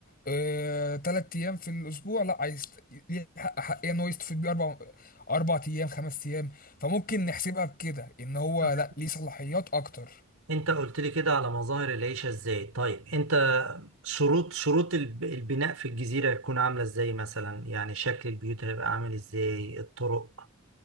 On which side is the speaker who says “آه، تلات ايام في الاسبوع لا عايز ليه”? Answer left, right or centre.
Left